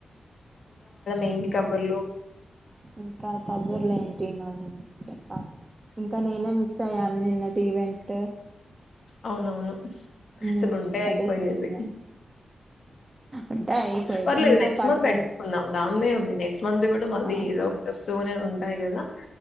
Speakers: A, on the left; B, on the right.
A: ఏంటి
B: ఇంకా
A: కబుర్లు
B: ఇంకా కబ్బర్లే ఏంటి చెప్పాలి ఇంకా నేనే మిస్ అయ్యాను నిన్నటి ఈవెంట్
A: అవునవును
B: హ్మ్.
A: అసలు ఉంటే అయిపోయేది
B: అదే చూస్తున్నాను ఉంటే అయిపోయేది
A: పర్లేదు
B: మీతో
A: నెక్స్ట్
B: పాటు
A: మంత్
B: కల్
A: పెట్టుకుందాం దాన్దేముంది నెక్స్ట్ మంత్ కూడా మళ్ళీ
B: ఆ
A: ఏదో ఒక్కటి వస్తూనే ఉంది టాయ్ కదా